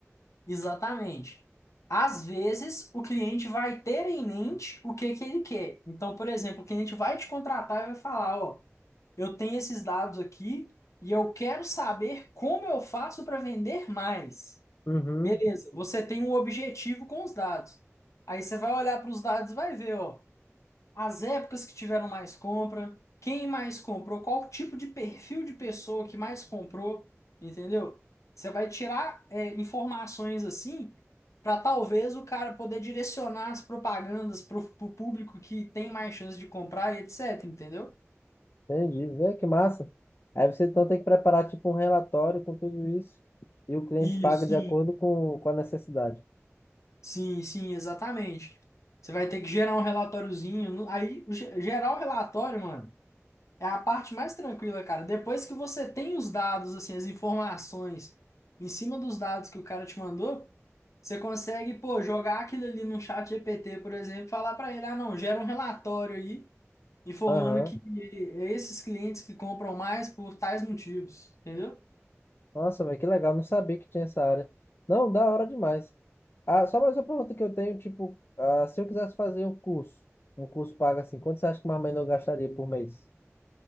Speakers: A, on the left; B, on the left.
A: Exatamente. Às vezes, o cliente vai ter em mente o que que ele quer. Então, por exemplo, o cliente vai te contratar e vai falar, ó. eu tenho esses dados aqui e eu quero saber como eu faço para vender mais.
B: Uhum,
A: Beleza, você tem um objetivo com os dados. Aí você vai olhar para os dados e vai ver, ó, as épocas que tiveram mais compra, quem mais comprou, qual tipo de perfil de pessoa que mais comprou, entendeu? Você vai tirar, é, informações assim para talvez o cara poder direcionar as propagandas para o público que tem mais chance de comprar e etc, entendeu?
B: entendi. Vê que massa. Aí você então tem que preparar tipo um relatório com tudo isso e o cliente
A: Isso,
B: paga de acordo com, com a necessidade.
A: Sim, sim, exatamente. Você vai ter que gerar um relatóriozinho. no- Aí, o ge- gerar o relatório, mano, é a parte mais tranquila, cara. Depois que você tem os dados, assim, as informações em cima dos dados que o cara te mandou, você consegue, pô, jogar aquilo ali no chat GPT, por exemplo, e falar pra ele, ah, não, gera um relatório aí, informando
B: Aham.
A: que é esses clientes que compram mais por tais motivos, entendeu?
B: Nossa, velho, que legal. Não sabia que tinha essa área. Não, da hora demais. Ah, só mais uma pergunta que eu tenho, tipo, ah, se eu quisesse fazer um curso, um curso pago assim, quanto você acha que mais ou menos eu gastaria por mês?